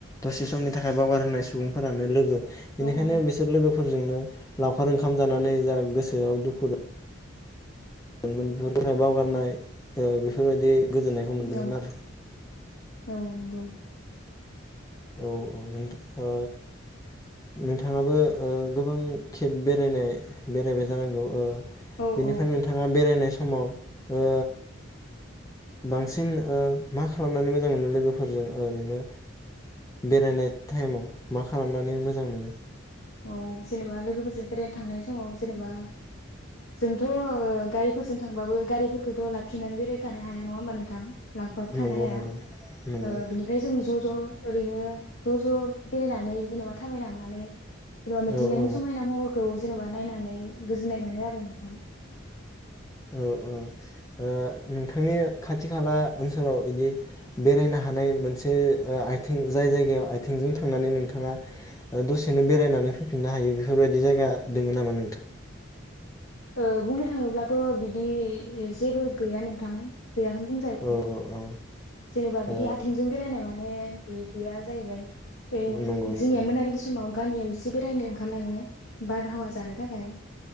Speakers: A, on the left (about 15°); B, on the left (about 80°).
A: दसे समनि थाखाय बावगार होनाय सुबुंफोरानो लोगो
B: औ
A: बेनिखायनो
B: उम
A: बिसोर लोगोफोरजोंनो लाव खार ओंखाम जानानै जा गोसोआव दुखु दं <unintelligible> बावगारनाय ओ बेफोरबायदि गोजोन्नायखौ मोन्दोंमोन
B: औ
A: आरो
B: औ नं
A: ओ औ औ नोंथा ओ नोंथाङाबो ओ गोबां खेब बेरायनाय बेरायबाय जानांगौ ओ
B: औ
A: बेनिफ्राय
B: औ
A: नोंथाङा बेरायनाय समाव ओ बांसिन ओ मा खालामनानै मोजां मोनो लोगोफोरजों ओरैनो बेरायनाय टाइमाव मा खालामनानै मोजां मोनो
B: औ जेनेबा लोगोफोरजों बेरायनो थांनाय समाव जेनेबा जोंथ ओ गारिफोरजों थांबाबो गारिफोरखौथ लाखिनानै बेरायबाय थानो हाया नङा होमबा नोंथां लांफाबो थानो
A: नंगौ
B: हाया
A: नंगौ नंगौ
B: ओ बिनिफ्राय जों ज ज ओरैनो ज ज बेरायनानै जेनबा थाबायलांनानै जेनबा मिथिंगानि
A: औ औ
B: समायना महरखौ जेनबा नायनानै गोजोननाय मोनो आरो नोंथां
A: औ औ ओ नोंथांनि खाथि खाला ओनसोलाव इदि बेरायनो हानाय मोनसे ओ आइथिं जाय जायगायाव आइथिंजों थांनानै नोंथाङा दसेनो बेरायनानै फैफिननो हायो बेफोरबायदि जायगा दोङो नामा नोंथां
B: ओ बुंनो थाङोब्लाथ बिदि जेबो गैया नोंथां गैयाखोनो बुंजायो
A: औ औ औ
B: जेनेबा
A: ओ
B: बिदि आथिंजों बेरायनाय माने बिदि या जाहैबाय बे जोंनिया
A: नंगौ नंगौ नंगौ
B: मोनाबिलि समाव गामियाव एसे बेरायनो ओंखारलाङो बारहावा जानो थाखाय